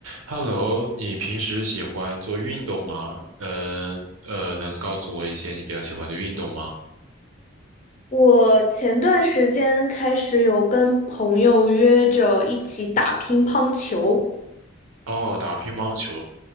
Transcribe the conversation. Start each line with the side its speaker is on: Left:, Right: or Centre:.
Right: Hello，你平时喜欢做运动吗？能呃，能告诉我一些你比较喜欢的运动吗？
Left: 我前段时间开始有跟朋友约着一起打乒乓球，
Right: 哦，打乒乓球。